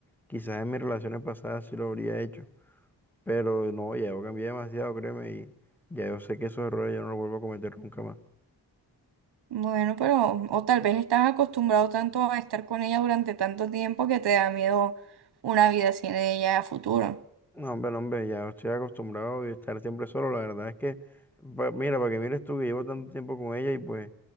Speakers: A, in the centre; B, on the right (about 60°).
A: quizás en mis relaciones pasadas sí lo habría hecho. Pero no, ya yo cambié demasiado, créeme, y ya yo sé que esos errores yo no los vuelvo a cometer nunca más.
B: Bueno, pero o tal vez estás acostumbrado tanto a estar con ella durante tanto tiempo que te da miedo una vida sin ella a futuro.
A: No, hombre, no, hombre, ya estoy acostumbrado a estar siempre solo. La verdad es que, pa- mira, para que mires tú que llevo tanto tiempo con ella y pues,